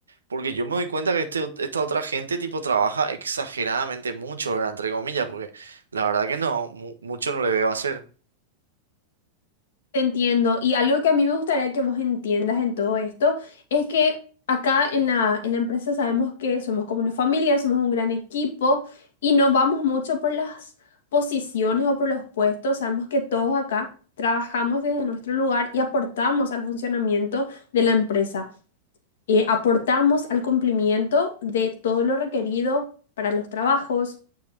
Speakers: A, on the right; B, on the left.
A: Porque yo me doy cuenta que este, ot- esta otra gente tipo trabaja exageradamente mucho, ¿verdad? Entre comillas, porque la verdad que no, mu- mucho no le veo hacer.
B: Te entiendo. Y algo que a mí me gustaría que vos entiendas en todo esto es que acá en la, en la empresa sabemos que somos como una familia, somos un gran equipo y no vamos mucho por las posiciones o por los puestos. Sabemos que todos acá trabajamos desde nuestro lugar y aportamos al funcionamiento de la empresa. Eh, aportamos al cumplimiento de todo lo requerido para los trabajos